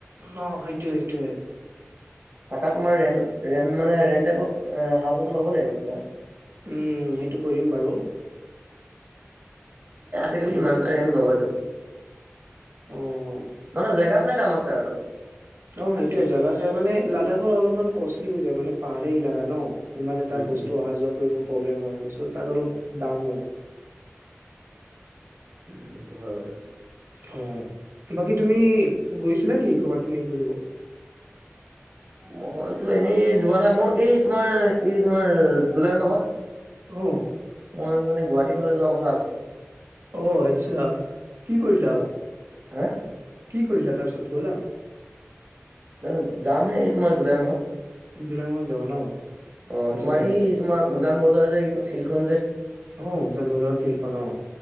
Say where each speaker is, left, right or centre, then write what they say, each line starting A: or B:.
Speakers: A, on the right (about 75°); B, on the right (about 50°).
A: ন সেইটোৱে সেইটোৱে।
B: থাকা তোমাৰ ৰেন ৰেন মানে ৰেণ্ট টাইপৰ হাউচ এটা ল'ব লাগিব তোমাৰ।
A: উম, সেইটো কৰিম বাৰু।
B: এ আজিকালি
A: কৰিব
B: ইমান
A: লাগিব
B: এটা ৰেণ্ট নলয়তো।
A: অ। অ।
B: মানে জেগা চাই দাম আছে আৰু।
A: অঁ, সেইটোৱে জেগা চাই মানে লাডাখৰ অলপমান কষ্টলি হৈ যায় মানে পাহাৰীয়া ইলাকা হয় ন। ইমান এটা
B: উম
A: বস্তু
B: উম
A: অহা যোৱা কৰিব প্ৰব্লেম হয়, চ' তাত অলপ দাম লয়।
B: উম' এইটো হয় বাৰু।
A: অঁ, বাকী তুমি গৈছিলা নেকি ক'ৰবাত ইনে ঘূৰিব?
B: মইতো এনেই যোৱা নাই, মোৰ এই তোমাৰ এই তোমাৰ জুলাই মাহত।
A: অঁ।
B: মই মানে গুৱাহাটীৰ ফালে যোৱা কথা আছে।
A: অঁ আচ্ছা, কি কৰিলা?
B: গুৱাহাটী হা।
A: কি কৰিলা তাৰপিছত গ'লা?
B: নাই নাই যামহে এই তোমাৰ জুলাই মাহত।
A: জুলাই মাহত যাবা ন,
B: অ
A: আচ্ছা
B: তোমাৰ
A: মানে
B: এই তোমাৰ উজান বজাৰ যে এই ফিল্ডখন যে,
A: অঁ, উজান বজাৰৰ ফিল্ডখন অঁ।